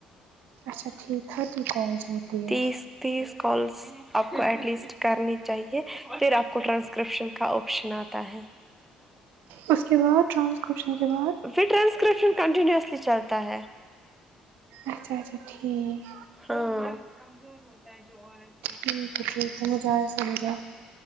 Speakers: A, on the right; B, in the centre.
A: اچھا ٹھیک ٹھرتی کالس ہوتی ہے
B: تیس تیس کالس آپ کو ایٹ لیسٹ کرنی چاہیے پھر آپ کو ٹرانسکرپشن کا آپشن آتا ہے
A: اس کے بعد ٹرانسکرپشن کے بعد
B: پھر ٹرانسکرپشن کنٹینیوسلی چلتا ہے
A: اچھا اچھا ٹھیک
B: ہاں
A: ٹھیک ہے جی سمجھ آیا سمجھا